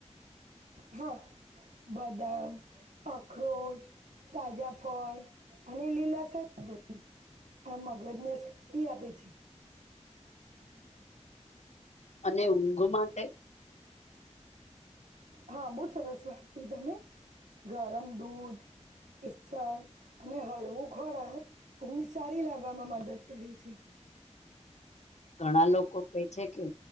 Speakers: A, on the right (about 90°); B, on the left (about 65°).
A: હા બદામ અખરોટ તાજા ફળ અને લીલા સી આ મગજ ને શક્તિ આપે છે
B: અને ઊંઘ માટે
A: હા બહુ સરસ વાસ્તી તમે ગરમ દૂધ કેસર અને હળવું ખોરાક ઊંઘ સારી લાવવામાં મદદ કરી છે
B: ઘણા લોકો કે છે કે